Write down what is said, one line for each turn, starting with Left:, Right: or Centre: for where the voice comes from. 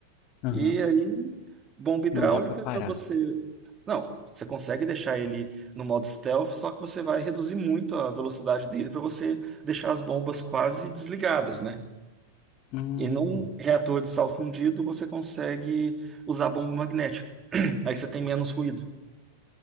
Left: aham.
Right: E aí, bomba hidráulica
Left: Não dá pra parar.
Right: para você. Não, você consegue deixar ele no modo stealth, só que você vai reduzir muito a velocidade dele para você deixar as bombas quase desligadas, né?
Left: Hum.
Right: E num reator de sal fundido, você consegue usar bomba magnética. Aí você tem menos ruído.